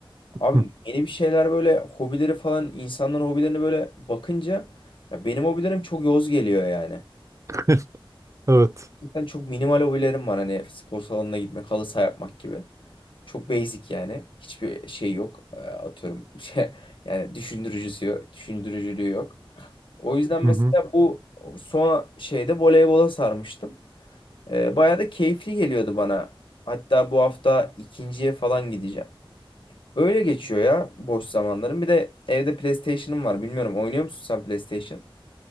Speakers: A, on the left; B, on the right.
A: Abi
B: Evet.
A: yeni bir şeyler böyle hobileri falan insanların hobilerine böyle bakınca ya benim hobilerim çok yoz geliyor yani.
B: Hı. <laughs> Evet.
A: Gerçekten çok minimal hobilerim var hani spor salonuna gitmek, halı saha yapmak gibi. Çok basic yani. Hiçbir şey yok. Ee, Atıyorum <laughs> şey yani düşündürücüsü yok, düşündürücülüğü yok. O yüzden
B: Hı
A: mesela
B: hı.
A: bu son şeyde voleybola sarmıştım. E, bayağı da keyifli geliyordu bana. Hatta bu hafta ikinciye falan gideceğim. Öyle geçiyor ya boş zamanlarım. Bir de evde PlayStation'ım var. Bilmiyorum oynuyor musun sen PlayStation?